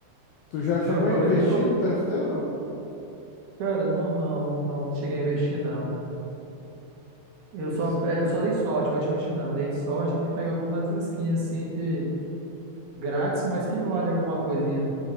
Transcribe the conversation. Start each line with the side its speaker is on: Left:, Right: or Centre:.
Left: Tu já chegou
Right: Eu tô,
Left: a investir
Right: ve- eu tô.
Left: no TFT, não?
Right: Cara, não, não, não, não cheguei a investir, não. Eu
Left: Pois
Right: só,
Left: é.
Right: é, eu só dei sorte, vou admitir, não. Eu dei sorte de pegar algumas skins assim de. Grátis, mas que vale alguma coisinha.